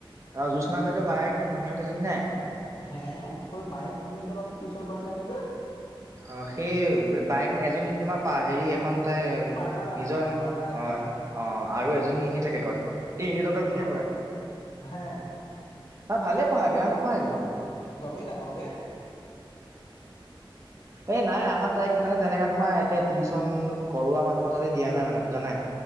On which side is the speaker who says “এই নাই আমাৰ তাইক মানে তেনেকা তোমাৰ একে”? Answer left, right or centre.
Right